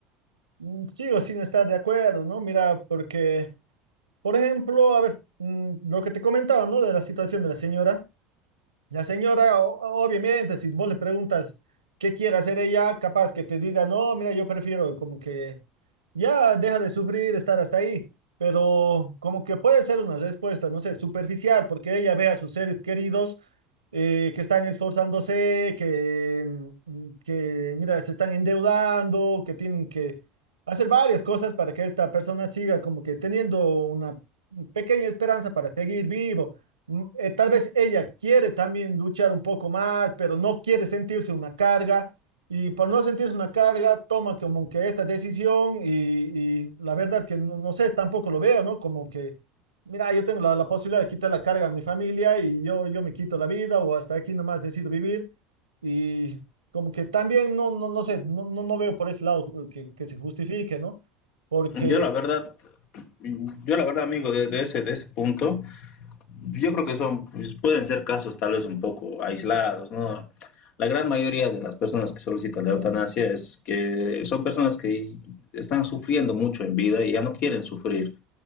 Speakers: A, on the right; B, on the left.
A: mm, sigo sin estar de acuerdo, ¿no? Mira, porque... Por ejemplo, a ver, mm, lo que te comentaba, ¿no? De la situación de la señora. La señora, o- obviamente, si vos le preguntas qué quiere hacer ella, capaz que te diga, no, mira, yo prefiero como que ya deja de sufrir, estar hasta ahí. Pero como que puede ser una respuesta, no sé, superficial, porque ella ve a sus seres queridos eh, que están esforzándose, que, mm, que, mira, se están endeudando, que tienen que hacer varias cosas para que esta persona siga como que teniendo una pequeña esperanza para seguir vivo. Mm, eh, tal vez ella quiere también luchar un poco más, pero no quiere sentirse una carga y por no sentirse una carga toma como que esta decisión y, y la verdad que no, no sé, tampoco lo veo, ¿no? Como que, mira, yo tengo la, la posibilidad de quitar la carga a mi familia y yo, yo me quito la vida o hasta aquí nomás decido vivir y como que también no, no, no sé, no, no, no veo por ese lado eh, que, que se justifique, ¿no? Porque
B: Yo la verdad, yo la verdad, amigo, de, de ese, de ese punto, Yo creo que son, pues, pueden ser casos tal vez un poco aislados, ¿no? La gran mayoría de las personas que solicitan la eutanasia es que son personas que están sufriendo mucho en vida y ya no quieren sufrir,